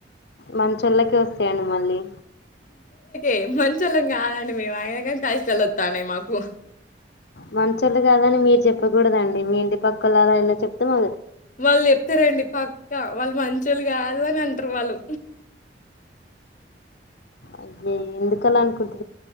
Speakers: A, on the left; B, on the left.
A: మంచొల్లకే వస్తాయి మళ్ళీ
B: ఏం మంచోళం కాదండి మేము అయిన గాని కష్టాలువతాన్నాయి మాకు
A: మంచొల్లు కాదని మీరు చెప్పకూడదండి మీ ఇంటి పక్కల అలా ఇలా చెప్తా మా
B: వాళ్ళు చెప్తారండి పక్క వాళ్ళు మంచి లు కాదు అని అంటారు వాళ్ళు
A: అదే ఎందుకలా అనుకుంటు